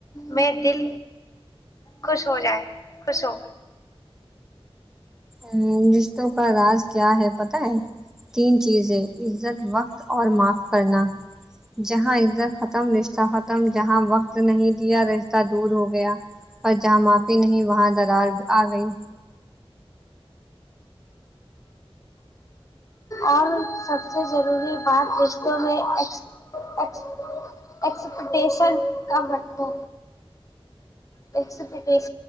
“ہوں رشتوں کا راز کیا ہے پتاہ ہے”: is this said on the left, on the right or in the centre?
Centre